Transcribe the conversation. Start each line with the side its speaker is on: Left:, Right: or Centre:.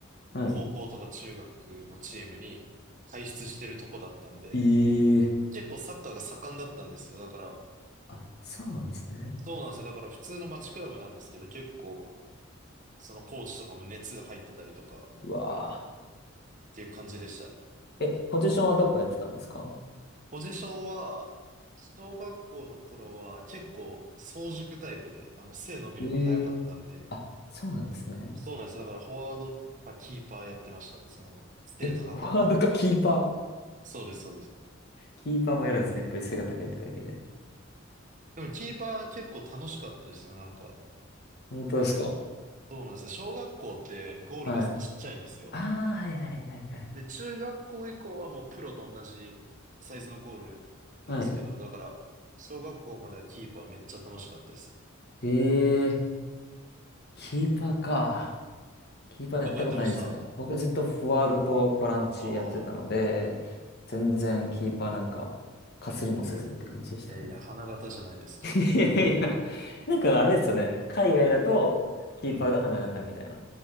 Left: はい。
Right: 高校とか中学のチームに輩出してるとこだったんで、
Left: ええ。
Right: 結構サッカーが盛んだったんですよ。だから、
Left: あ、そうなんですね。
Right: そうなんですよ。だから普通の街クラブなんですけど、結構、そのコーチとかも熱が入ってたりとか
Left: うわ
Right: っていう感じでしたね。
Left: ーえ、ポジションはどこやってたんですか
Right: ポジションは、小学校の頃は結構早熟タイプで、あの背伸びるの早かったんで、
Left: ええ。あ、そうなんですね。
Right: そうなんです。だからフォワードかキーパーやってましたね。その背高かったんで。
Left: え、フォワードかキーパー。
Right: そうです、そうです。
Left: キーパーもやるんですね。やっぱり背が高いってだけで。
Right: でもキーパー結構楽しかったですよ、なんか。
Left: 本当ですか
Right: そうなんですよ。小学校ってゴールがちっちゃいんですよ。
Left: はい。ああ、はいはいはいはい。
Right: で、中学校以降はもうプロと同じサイズのゴールなんですけど、
Left: はい。
Right: だから、小学校まではキーパーめっちゃ楽しかったですね。
Left: ええキーパーか。キーパーやったことないんですよね。
Right: どこやってましたあ
Left: 僕ずっとフォワードとボランチやってたので、
Right: あー、
Left: 全然キーパーなんか、かすりもせずって感じでしたね。
Right: いやいや、花形じゃないですか。
Left: <laughs> いやいやいや。なんかあれですよね。海外だと、キーパーが花形みたいな。
Right: うん。